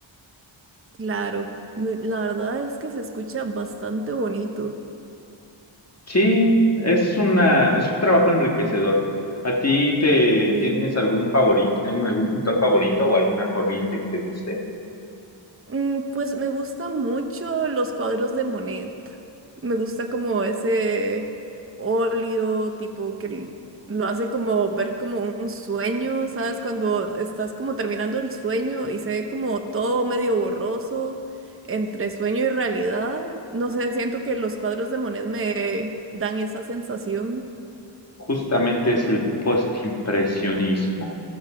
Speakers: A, on the right; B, on the left.
A: Claro, me- la verdad es que se escucha bastante bonito.
B: Sí, es una, es un trabajo enriquecedor. ¿A ti te
A: Sí.
B: tienes algún favorito, algún pintor favorito o alguna corriente que te guste?
A: Mm, Pues me gustan mucho los cuadros de Monet. Me gusta como ese óleo tipo que l- lo hace como ver como un sueño, ¿sabes? Cuando estás como terminando el sueño y se ve como todo medio borroso entre sueño y realidad. No sé, siento que los cuadros de Monet me dan esa sensación.
B: Justamente es el postimpresionismo,